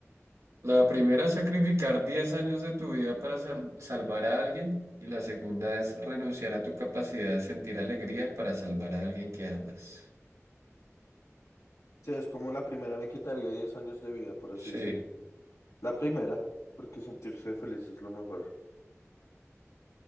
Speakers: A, on the right; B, on the left.
A: La primera, sacrificar 10 años de tu vida para sal- salvar a alguien. Y la segunda es renunciar a tu capacidad de sentir alegría para salvar a alguien que amas.
B: O sea, es como la primera me quitaría 10 años de vida, por
A: Sí.
B: así decirlo. La primera, porque sentirse feliz es lo mejor.